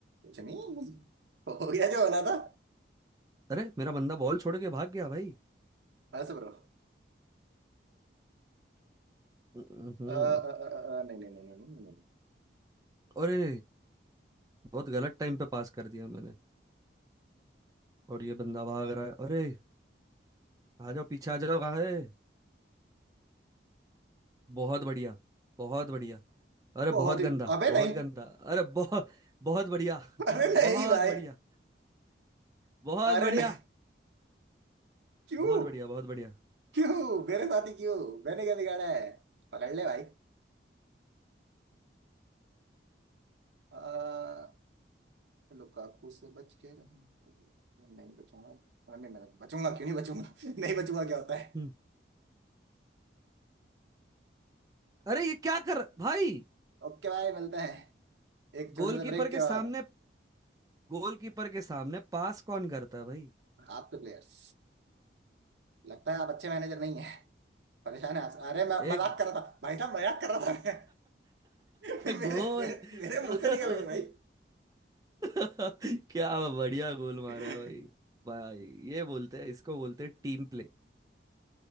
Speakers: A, on the right; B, on the right.
A: कुछ नहीं हो गया जो होना था
B: अरे मेरा बंदा बॉल छोड़ के भाग गया भाई
A: हंस ब्रो
B: हम्म,
A: अ, अ, अ, अ, नहीं नहीं नहीं नहीं नहीं, नहीं।
B: अरे बहुत गलत टाइम पे पास कर दिया मैंने और ये बंदा भाग रहा है अरे आ जाओ पीछे आ जाओ कहाँ है बहुत बढ़िया बहुत बढ़िया अरे
A: बहुत
B: बहुत गंदा
A: ही अबे
B: बहुत
A: नहीं
B: गंदा अरे बहुत बहुत बढ़िया
A: अरे नहीं
B: बहुत
A: भाई
B: बढ़िया बहुत
A: अरे
B: बढ़िया
A: नहीं क्यों
B: बहुत बढ़िया बहुत बढ़िया
A: क्यों मेरे साथ ही क्यों मैंने क्या बिगाड़ा है पकड़ ले भाई अ, लुकाकू से बच के रहूं नहीं बचूंगा अरे नहीं मैं बचूंगा क्यों नहीं बचूंगा <laughs> नहीं बचूंगा क्या होता है
B: हम्म, अरे ये क्या कर भाई
A: ओके भाई मिलता है एक छोटे
B: गोलकीपर
A: से ब्रेक
B: के
A: के
B: सामने
A: बाद
B: गोलकीपर के सामने पास कौन करता है भाई
A: आपके प्लेयर्स लगता है आप अच्छे मैनेजर नहीं है परेशान है आप अरे मैं
B: एक
A: मजाक कर रहा था भाई साहब मजाक कर रहा था मैं <laughs>
B: <laughs>
A: मेरे
B: गोल
A: मेरे मेरे
B: <laughs>
A: मुंह से निकल गए भाई
B: क्या बढ़िया गोल मारा
A: I
B: है भाई भाई ये बोलते हैं इसको बोलते हैं टीम प्ले